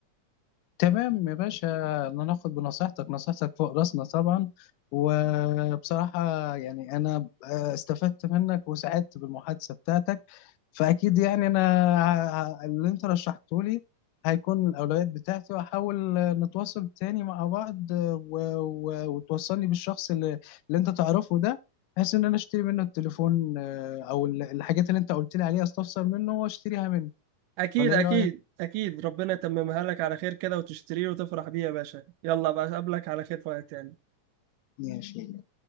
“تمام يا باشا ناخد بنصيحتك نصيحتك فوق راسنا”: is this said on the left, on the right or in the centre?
Left